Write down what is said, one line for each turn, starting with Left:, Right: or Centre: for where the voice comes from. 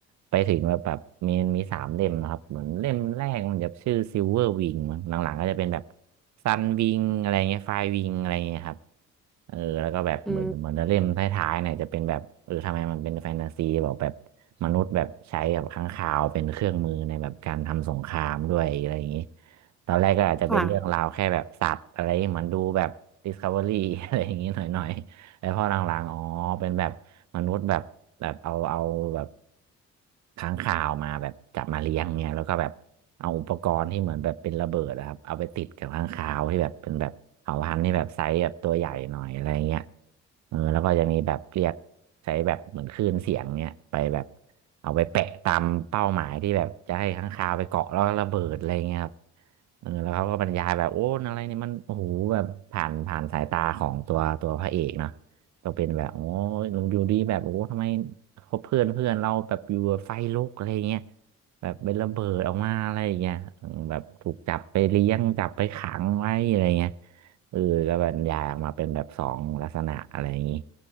Right: ไปถึงแบบแบบมีมีสามเล่มนะครับเหมือนเล่มแรกมันจะชื่อซิลเวอร์วิงมั้งหลังๆก็จะเป็นแบบซันวิงอะไรเงี้ยไฟวิงอะไรเงี้ยครับเออแล้วก็แบบเหมือนเหมือนเล่มท้ายๆเนี่ยจะเป็นแบบเออทำไมมันเป็นแฟนตาซีบอกแบบ
Centre: อืม
Right: มนุษย์แบบใช้แบบค้างคาวเป็นเครื่องมือในแบบการทำสงครามด้วยอะไรอย่างนี้ตอนแรกก็อาจจะเป็นเรื่องราวแค่แบบสัตว์อะไรเหมือนดูแบบ
Centre: ค่ะ
Right: Discovery อะไรอย่างนี้หน่อย แล้วพอหลังๆอ๋อเป็นแบบมนุษย์แบบแบบเอาเอาแบบค้างคาวมาแบบจับมาเลี้ยงเนี่ยแล้วก็แบบเอาอุปกรณ์ที่เหมือนแบบเป็นระเบิดนะครับ เอาไปติดกับค้างคาวที่แบบเป็นแบบเผ่าพันธุ์ที่แบบไซส์แบบตัวใหญ่หน่อยอะไรเงี้ยเออแล้วก็จะมีแบบเรียกใช้แบบเหมือนคลื่นเสียงเนี่ยไปแบบเอาไปแปะตามเป้าหมายที่แบบจะให้ค้างคาวไปเกาะแล้วก็ระเบิดอะไรเงี้ยครับเออแล้วเขาก็บรรยายแบบโอ้อะไรเนี่ยมันโอ้โหแบบผ่านผ่านสายตาของตัวตัวพระเอกเนาะ ก็เป็นแบบโอ้ยอยู่ดีแบบโอ้โหทำไมเขาเพื่อนเพื่อนเราแบบอยู่แบบไฟลุกอะไรเงี้ยแบบเป็นระเบิดออกมาอะไรอย่างเงี้ยอืมแบบถูกจับไปเลี้ยงจับไปขังไว้อะไรเงี้ยเออก็บรรยายออกมาเป็นแบบสองลักษณะอะไรอย่างงี้